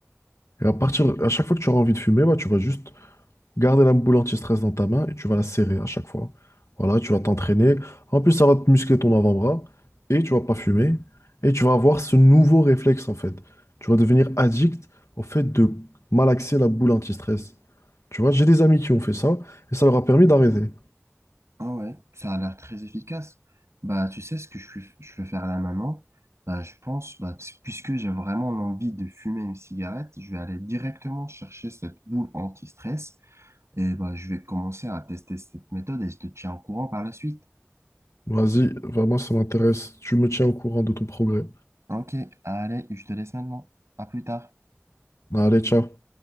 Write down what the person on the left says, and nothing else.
Et à partir, à chaque fois que tu auras envie de fumer, bah, tu vas juste garder la boule anti-stress dans ta main et tu vas la serrer à chaque fois. Voilà, tu vas t'entraîner. En plus, ça va te muscler ton avant-bras et tu vas pas fumer. Et tu vas avoir ce nouveau réflexe en fait. Tu vas devenir addict au fait de malaxer la boule anti-stress. Tu vois, j'ai des amis qui ont fait ça et ça leur a permis d'arrêter.
Vas-y, vraiment, ça m'intéresse. Tu me tiens au courant de ton progrès.
Allez, ciao.